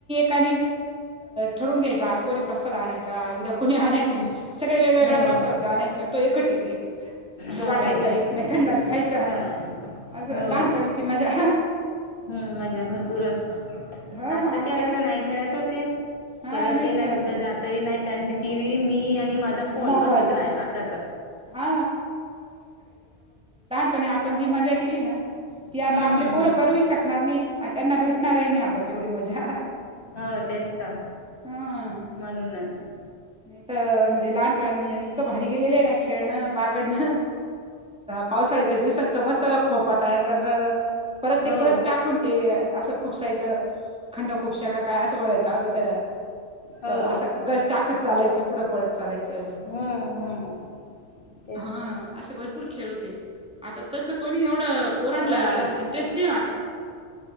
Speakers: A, in the centre; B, on the left.
A: णी ठरून घ्यायच आज कोणी प्रसाद आणायचा उद्या कुणी आणायचं
B: हम्म
A: सगळे वेगवेगळा
B: हो
A: प्रसाद आणायं आणि तो एकटिक. त
B: हो
A: वाटायचा
B: तेच
A: एकमेकांला
B: तर
A: खायचा,
B: हा
A: असं
B: हो
A: लहानपणीची मजा हाहहा.
B: हम्म मजा भरपूर अस
A: हा
B: आत्ताचे
A: आता
B: लेकरा नाही खेळत होते.
A: हा
B: खेळतही नाही
A: खेळत
B: कुठे जातही नाही त्यांची टी व्ही मी. आणि माझा फोन
A: मोबाईल
B: असच रा आताच.
A: हा पण आपण जी मजा केली ना.
B: हम्म
A: ती आता आपले
B: हम्म
A: पोरं
B: हम्म
A: करू शकणार नाही आणि त्यांना भेटणारही नाही आता तेवढी मजा.
B: हो तेच तर म्हणूनच.
A: हा नाही तर म्हणजे लहानपण इतकं भारी गेलेलं आहे ना खेळणं बागडण. पावसाळ्याच्या दिवसात तर मस्त खोपा तयार करणे, परत ते
B: हो
A: ग बस टाकणं कोण ते असं खुपसायचं खंड खुपश्या का काय असं बयचं हवी त्याला.
B: हो
A: तर असं गश टाकत चालायचं पुढं पळत. चालायचं,
B: हम्म हम्म तेच
A: हा
B: तर
A: असे भरपूर खेळ होते. आता तसं कोणी एवढं पोरांना
B: हो भरपूर
A: इंटरेस्ट नाही आता.